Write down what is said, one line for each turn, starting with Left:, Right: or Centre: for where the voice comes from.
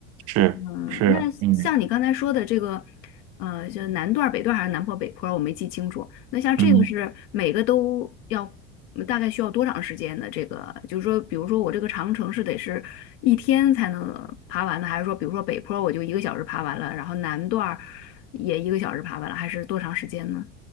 Right: 是是，
Left: 嗯，那像你刚才说的这个。
Right: 嗯
Left: 呃，就是南段儿北段儿还是南坡、北坡儿我没记清楚。那像这个是每个都要，
Right: 嗯。
Left: 嗯大概需要多长时间的？这个就是说，比如说我这个长城是得是一天才能爬完的，还是说，比如说北坡儿我就一个小时爬完了，然后南段儿也一个小时爬完了，还是多长时间呢？